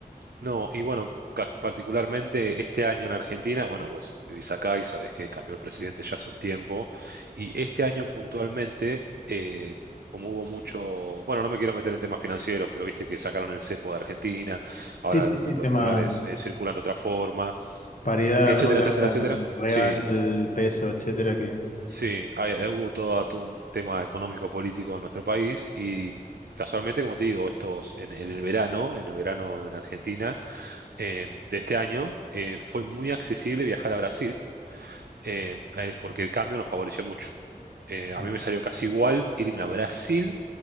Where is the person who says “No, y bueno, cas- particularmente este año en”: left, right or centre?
Right